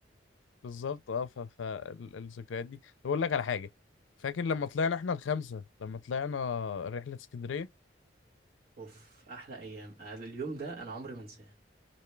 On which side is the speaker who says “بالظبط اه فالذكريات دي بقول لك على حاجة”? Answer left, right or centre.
Left